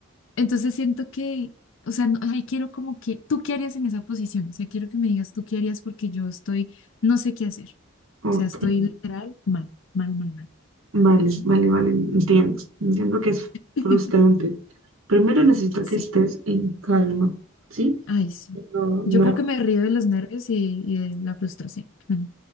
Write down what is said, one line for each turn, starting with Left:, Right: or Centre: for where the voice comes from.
Left: Entonces siento que, o sea, no, ay, quiero como que, ¿tú qué harías en esa posición? O sea, quiero que me digas, ¿tú qué harías? Porque yo estoy, no sé qué hacer.
Right: Ok.
Left: O sea, estoy literal mal, mal, mal, mal.
Right: Vale, vale, vale. Entiendo. Entiendo que es frustrante.
Left: <laughs>
Right: Primero necesito
Left: Sí,
Right: que estés en calma. ¿Sí?
Left: ay, sí.
Right: No,
Left: Yo
Right: no.
Left: creo que me río de los nervios y, y de la frustración. bueno